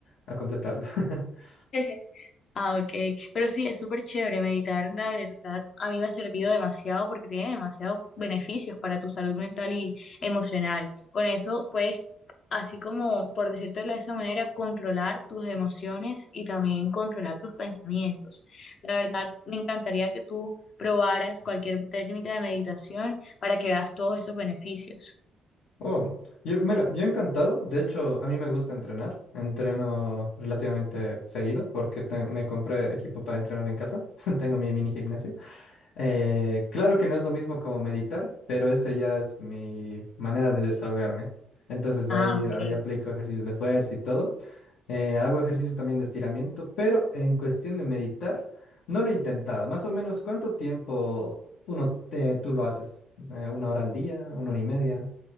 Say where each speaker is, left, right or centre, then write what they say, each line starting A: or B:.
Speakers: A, on the left (about 80°); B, on the left (about 55°).
A: a completarlo. <laughs>
B: <laughs> Ah, ok. Pero sí, es súper chévere meditar, la verdad. A mí me ha servido demasiado porque tiene demasiados beneficios para tu salud mental y emocional. Con eso puedes, así como, por decírtelo de esa manera, controlar tus emociones y también controlar tus pensamientos. La verdad, me encantaría que tú probaras cualquier técnica de meditación para que veas todos esos beneficios.
A: Oh, yo, mira, yo encantado. De hecho, a mí me gusta entrenar. Entreno relativamente seguido porque te- me compré equipo para entrenar en casa. <laughs> Tengo mi mini gimnasio. Eh, claro que no es lo mismo como meditar, pero ese ya es mi manera de desahogarme. Entonces
B: Ah,
A: ahí,
B: ok.
A: ahí aplico ejercicios de fuerza y todo. Eh, hago ejercicios también de estiramiento, pero en cuestión de meditar, no lo he intentado. Más o menos, ¿cuánto tiempo uno te- tú lo haces? Eh, ¿una hora al día? ¿Una hora y media?